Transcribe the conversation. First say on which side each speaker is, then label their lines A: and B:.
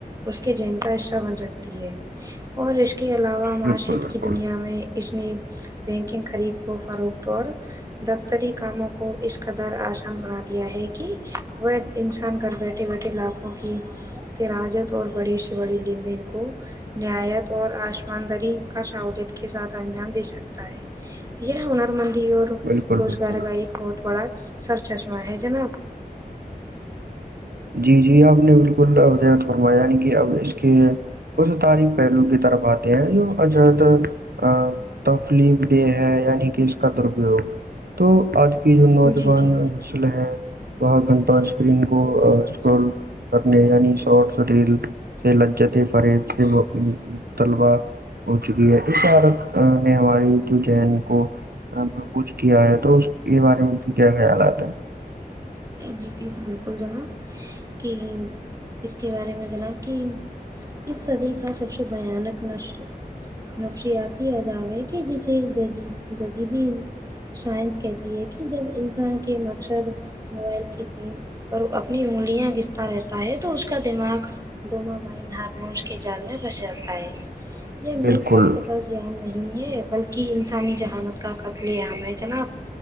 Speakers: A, on the right; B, on the right.
A: اس کے جین کا حصہ بن سکتی ہے اور اسشق اس کے علاوہ معیشت
B: بالکل بالکل
A: کی دنیا میں اس نے بینکنگ خرید کو فروخت اور دفتری کاموں کو اس قدار آسان بنا دیا ہے کہ وہ انسان گھر بیٹھے بیٹھے للاھوں کی تراجت اور بڑی سے بڑی لین دین کو نایت اور آسمان داری کا سہولت کے ساتھ انجام دے سکتا ہے یہ ہنر مندی اور
B: بالکل
A: روزگار
B: بالکل
A: کا ایک بہت بڑا سر چشمہ ہے جناب
B: جی جی آپ نے بالکل ا فرمایا نہیں کیا اب اس کے اس تاریخ پہلو کی طرف آتے ہیں جو ا تر تفلیف ڈے ہے یعنی کہ اس کا درپیوگ تو آجل کی جو نوجوان
A: جی جی
B: نسل ہے وہاں گھنٹانشرین کو <inaudible> ول کرنے یعنی شارٹ سٹیل سے لجج تھ فریب سے طلبا ہو چکی ہے اس عورت نے ہماری جو جین کو کچھ کیا ہے تو اس کے بارے میں کیا خیالات ہے
A: جی تیز بالکل جناب کہ اس کے بارے میں جناب کہ اس سدی کا سب سے بانک نشر نفسیاتی عجاب ہے کہ جسے ج ججیدی <inaudible> سائنس کہتی ہے کہ جب انسان کے مقصد موبائل کی اسرین اور وہ اپنی انگلیاں گستا رہتا ہے تو اس کا دماغ ڈومامائن ہارمونس کے جال میں بچ جاتا ہے یہ محض
B: بالکل
A: وقت کا عام نہیں ہے بلکہ انسانی جہانت کا قتل عام ہے جناب